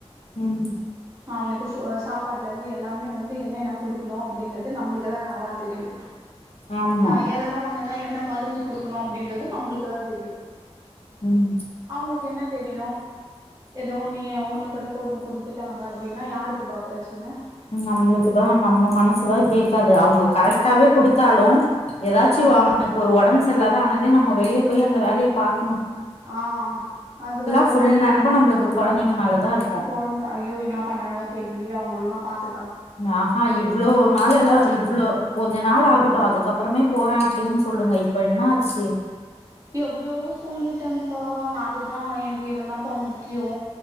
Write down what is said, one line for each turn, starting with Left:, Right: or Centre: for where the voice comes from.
Left: உம்
Right: அவனுக்கு ஃபோ சாப்பாடுல இருந்து எல்லாமே வந்து என்னென்ன குடுக்குணு அப்டின்றது நம்ளுக்குதா நல்லா தெரியு
Left: ஆமா
Right: ஆஹ் எதனா ஒண்ணுனா என்ன ம ருந்து குடுக்குணு அப்டின்றது நம்ளுக்குதா தெரியு
Left: ம்
Right: அவுங்ளுக்கு என்ன தெரியு எதோ ஒன்னு ஏ ஒன்னு கடக்கு ஒன்னு குடுத்துட்டாங்க அப்டின்னா யாருக்குப்பா பிரச்சன
Left: நம்ளுக்குதா நம்ம மனசுதா கேக்கா து அவுங்க கரெட்டாவே
Right: ஆ
Left: குடுத்தாலு எதாச்சு
Right: அதா
Left: வாமனார்க்கு ஒரு ஒடம் ச நல்லாதா ஆனாலே நம்மோ வெளிய போய் அந்த வேலிய பாக்
Right: ஆஹ் அதுதா அந்த
Left: ஃபுல்
Right: மாதிரி
Left: நெனப்பு நம்மளுக்கு கொழந்தைங்க மேலதா இருக்கு
Right: கொழ்ந்த ஐயோ என்ன பண்றானோ தெர்லியே அவுங்க ஒழுங் ஆ பாத்து
Left: நா ஹா இவ்ளோ நாள் எல்லா இவ்ளோ கொஞ்ச நாள் ஆகு டு அதுக்கப்புறமே போற டின் சொல்லுங்க இப்ப என்னாச்சு
Right: எவ்ளோவோ சொல்லிட்டன் ப்பா நா அதுதா எனக்கு இவன் தா பா முக்கியோ